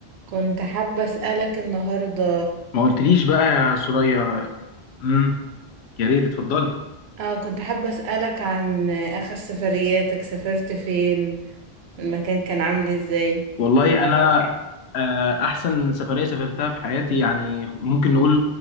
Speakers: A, on the right; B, on the left.
A: كنت حابة أسألك النهاردة
B: ما قلتليش بقى يا سوريا امم يا ريت اتفضلي
A: اه كنت حابة أسألك عن آخر سفرياتك سافرت فين المكان كان عامل ازاي
B: والله انا آه، احسن سفريه سافرتها في حياتي يعني ممكن نقول